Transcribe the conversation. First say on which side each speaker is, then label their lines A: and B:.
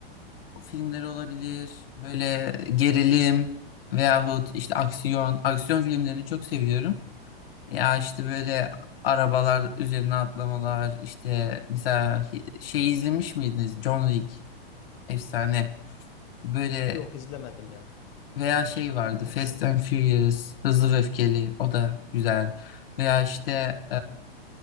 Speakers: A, on the left; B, on the left.
A: filmleri olabilir, böyle gerilim veyahut işte aksiyon, aksiyon filmlerini çok seviyorum. Ya işte böyle arabalar üzerine atlamalar, işte mesela hi- şey izlemiş miydiniz? John Wick, efsane. Böyle
B: Yok izlemedim ya.
A: veya
B: Hayır,
A: şey vardı
B: maalesef.
A: Fast and Furious, Hızlı ve Öfkeli, o da güzel. Veya işte